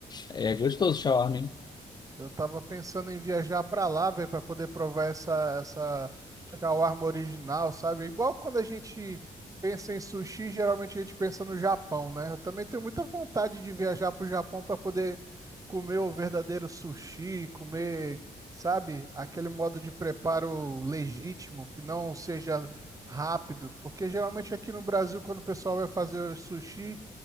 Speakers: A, on the left; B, on the right.
A: é gostoso shawarma, hein?
B: Eu tava pensando em viajar pra lá, velho, pra poder provar essa essa shawarma original, sabe? Igual quando a gente pensa em sushi, geralmente a gente pensa no Japão, né? Eu também tenho muita vontade de viajar pro Japão pra poder comer o verdadeiro sushi, comer, sabe, aquele modo de preparo legítimo, que não seja rápido, porque geralmente aqui no Brasil, quando o pessoal vai fazer sushi,